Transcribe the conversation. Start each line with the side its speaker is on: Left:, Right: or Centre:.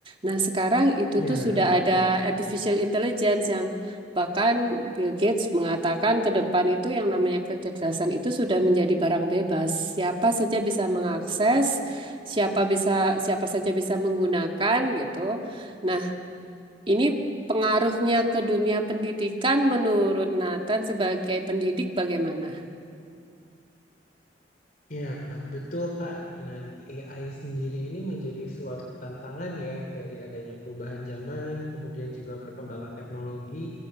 Right: Nah, sekarang itu
Left: Ya,
Right: tuh sudah
Left: betul.
Right: ada artificial intelligence yang bahkan Bill Gates mengatakan ke depan itu yang namanya kecerdasan itu sudah menjadi barang bebas. Siapa saja bisa mengakses, siapa bisa siapa saja bisa menggunakan gitu. Nah, ini pengaruhnya ke dunia pendidikan menurut Nathan sebagai pendidik bagaimana?
Left: Ya, betul Kak. Nah, AI sendiri ini menjadi suatu tantangan ya dari adanya perubahan zaman, kemudian juga perkembangan teknologi.